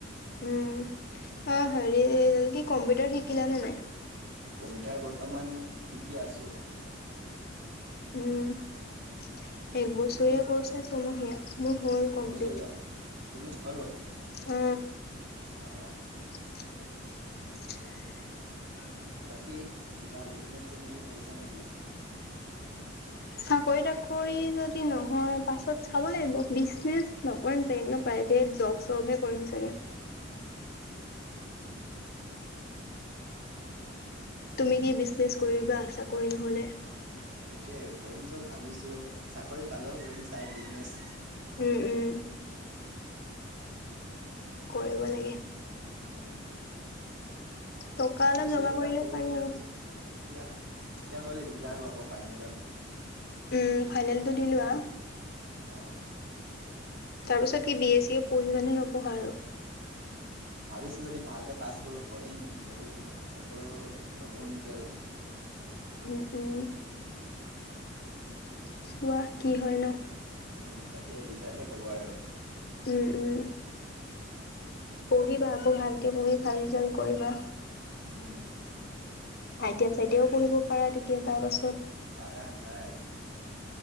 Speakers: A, on the left; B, on the right.
A: উম অ হেৰি কি কম্পিউটাৰ শিকিলানে নাই?
B: কম্পিউটাৰ বৰ্তমান শিকি আছো।
A: উম একবছৰীয়া
B: তুমি
A: কৰ্চ নে ছমহীয়া মোৰ হ'ল কমপ্লিট
B: এবছৰীয়া তুমি হৈ গল
A: অ
B: অ অ
A: <unintelligible>
B: বাকী কিবা বিজনেচ কৰিম বুলি ভাবিছা নেকি
A: চাকৰি তাকৰি যদি নহয় পাছত চাব লাগিব বিজনেছ ন কৰিম চাগে এনেও প্ৰাইভেট জব চবহে কৰিম চাগে। তুমি কি বিজনেছ কৰিবা চাকৰি নহলে?
B: সেইটোৱে কৰিমতো ভাবিছো চাকৰি পালেও কৰিম চাইড বিজনেছ
A: উম উম কৰিব লাগে
B: উম
A: টকা
B: ভাবিছো
A: অলপ জমা
B: এতিয়াও
A: কৰিলে
B: কৰো
A: পাৰি
B: নেকি।
A: আৰু
B: এতিয়া এতিয়া কৰিলে দিগদাৰ হ'ব আকৌ ফাইনেলত
A: উম ফাইনেলতো দি লোৱা
B: অ
A: তাৰ পিছত কি বি এ চিয়ে পঢ়িবা নে নপঢ়া আৰু
B: ভাবিছো যদি ভালকে পাছ কৰো পঢ়িম যদি নকৰো নপঢ়ো নেকি আৰু।
A: উম উম চোৱা কি হয় ন।
B: উম তাকে ৰিজাল্টহে কব আৰু
A: উম উম পঢ়িবা আকৌ ভালকে পঢ়ি ভাল ৰিজাল্ট কৰিবা।
B: উম,
A: আইটিয়া চাইতিয়াও পঢ়িব পাৰা তেতিয়া তাৰ পাছত
B: পাৰা যায়।